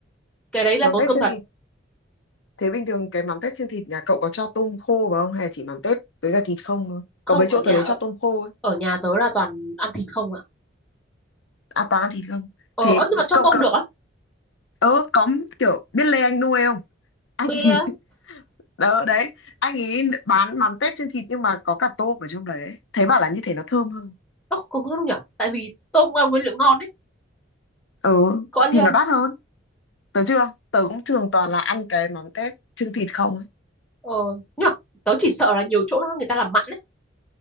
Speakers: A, in the centre; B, on the left.
A: cái đấy là
B: mắm
A: tốn
B: tép
A: công
B: chưng
A: thật
B: thịt Thế bình thường cái mắm tép trên thịt nhà cậu có cho tôm khô vào không? Hay là chỉ mắm tép với cả thịt không thôi?
A: không
B: Có mấy
A: ở
B: chỗ
A: nhà
B: tớ thấy
A: ở,
B: cho tôm khô ấy.
A: ở nhà tớ là toàn ăn thịt không ạ
B: À toàn ăn thịt không?
A: ờ
B: Thế
A: ơ nhưng mà cho
B: cậu,
A: tôm
B: cậu
A: được á
B: ờ, có kiểu biết Lê Anh Nuôi không? Anh
A: bia
B: ấy, <laughs> đó, đấy, anh ấy bán mắm tép trên thịt nhưng mà có cả tôm ở trong đấy ấy. Thế bảo là như thế nó thơm hơn.
A: ơ không có đâu nhỉ tại vì tôm cũng là nguyên liệu ngon đấy
B: Ừ,
A: có ăn
B: thì
A: chưa
B: nó đắt hơn. Tớ chưa? Tớ cũng thường toàn là ăn cái mắm tép trên thịt không ấy.
A: ờ nhưng mà tớ chỉ sợ là nhiều chỗ nó người ta làm mặn ấy